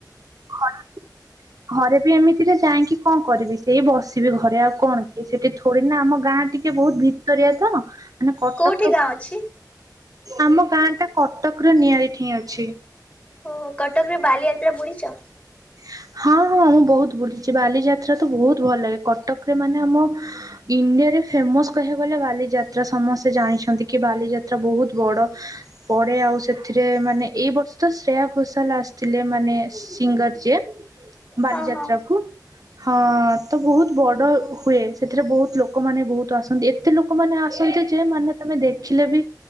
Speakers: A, on the right (about 55°); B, on the left (about 20°).
A: ଘରେ ଘରେ ବି ଏମିତିରେ ଯାଇଁ କଁ କରିବି ସେଇ ବସିବି ଘରେ ଆଉ କଣ କି ସେଠି ଥୋଡି ନା ଆମ ଗାଁ ଟିକେ ବହୁତ ଭିତରିଆ ତ ମାନେ କଟକର
B: କୋଉଠି ଗାଁ ଅଛି?
A: ଆମ ଗାଁ ଟା କଟକ ର ନିଆଳି ଠିଁ ଅଛି।
B: ଓ ହୋ କଟକ ରେ ବାଲିଯାତ୍ରା ବୁଡିଚ଼?
A: <inaudible> ହଁ ହଁ ମୁଁ ବହୁତ ବୁଲିଛି ବାଲିଯାତ୍ରା ତ ବହୁତ ଭଲ ଲାଗେ କଟକରେ ମାନେ ଆମ ଇଣ୍ଡିଆରେ ଫେମସ କହିବାକୁ ଗଲେ ବାଲି ଯାତ୍ରା ସମସ୍ତେ ଜାଣିଛନ୍ତି କି ବାଲିଯାତ୍ରା ବୋହୁତ ବଡ ପଡେ। ଆଉ ସେଥିରେ ମାନେ ଏଇ ବର୍ଷ ତ ଶ୍ରେୟା ଘୋଷାଲ ଆସିଥିଲେ ମାନେ ସିଙ୍ଗର ଯେ ବାଲିଯାତ୍ରା
B: ହଁ ହଁ
A: କୁ। ହଁ ତ ବହୁତ ବଡ ହୁଏ ସେଥିରେ ବହୁତ ଲୋକମାନେ ବହୁତ ଆସନ୍ତି ଏତେ ଲୋକମାନେ ଆ ଆସନ୍ତି ଯେ ମାନେ ତମେ ଦେଖିଲେ ବି